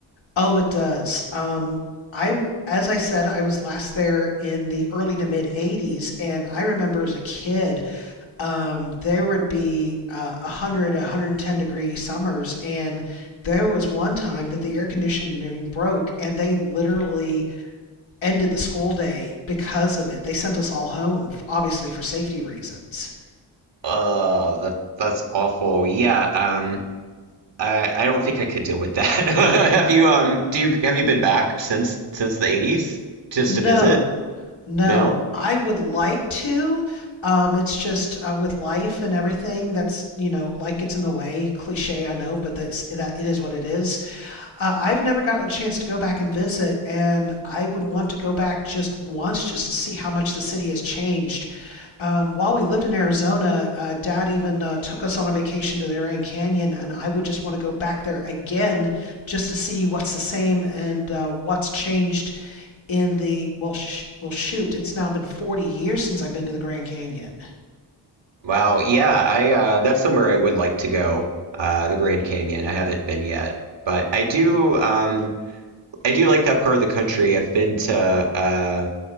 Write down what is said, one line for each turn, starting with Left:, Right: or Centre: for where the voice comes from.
Left: Oh, it does. Um I w- as I said, I was last there in the early to mid 80s and I remember as a kid um, there would be uh, 100, 110 degree summers. And there was one time that the air conditioning broke and they literally ended the school day because of it. They sent us all home, obviously for safety reasons.
Right: Oh, that that's awful. Yeah, um, I, I don't think I could deal with that. <laughs> Have you um do you have you been back since since the 80s just
Left: No,
Right: to visit?
Left: no,
Right: No?
Left: I would like to. Um, it's just uh, with life and everything that's, you know, life gets in the way. Cliche, I know, but that's that it is what it is. Uh, I've never gotten a chance to go back and visit, and I would want to go back just once just to see how much the city has changed. Um, while we lived in Arizona, uh, Dad even uh, took us on a vacation to the Grand Canyon, and I would just want to go back there again just to see what's the same and uh, what's changed in the, well, sh- well, shoot, it's now been 40 years since I've been to the Grand Canyon.
Right: Wow, yeah, I uh, that's somewhere I would like to go, uh, the Grand Canyon. I haven't been yet, but I do um, I do like that part of the country. I've been to uh,